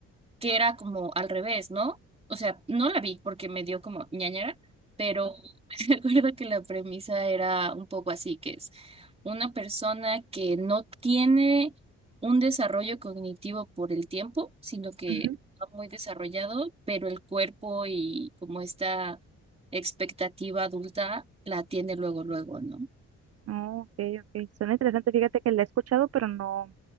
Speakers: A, on the right; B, on the right.
A: que era como al revés, ¿no? O sea, no la vi porque me dio como ñañara, pero <laughs> recuerdo que la premisa era un poco así, que es una persona que no tiene un desarrollo cognitivo por el tiempo, sino que
B: <laughs>
A: está muy desarrollado, pero el cuerpo y como esta expectativa adulta la tiene luego, luego, ¿no?
B: Oh, ok, ok. Suena interesante. Fíjate que la he escuchado, pero no,